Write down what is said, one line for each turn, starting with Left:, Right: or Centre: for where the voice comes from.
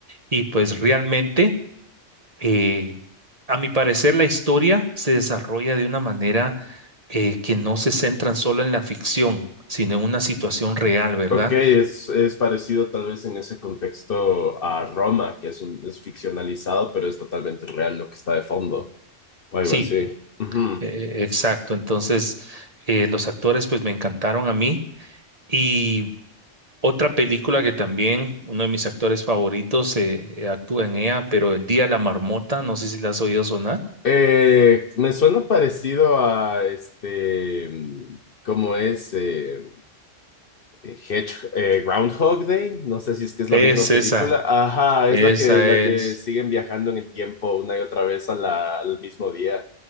Right: y pues realmente... Eh, a mi parecer, la historia se desarrolla de una manera eh, que no se centran solo en la ficción, sino en una situación real, ¿verdad?
Left: Ok, es, es parecido tal vez en ese contexto a Roma, que es, un, es ficcionalizado, pero es totalmente real lo que está de fondo, o algo
Right: Sí,
Left: así. Ujú.
Right: eh, exacto. Entonces, eh, los actores pues me encantaron a mí. Y otra película que también uno de mis actores favoritos eh, eh, actúa en ella, pero El Día de la Marmota, no sé si la has oído sonar.
Left: Eh, me suena parecido a este, mm, ¿cómo es? Eh, Hedge- eh, Groundhog Day, no sé si es que es la
Right: Es
Left: misma película.
Right: esa,
Left: Ajá,
Right: esa
Left: es la que, la
Right: es,
Left: que siguen viajando en el tiempo una y otra vez a la- al mismo día.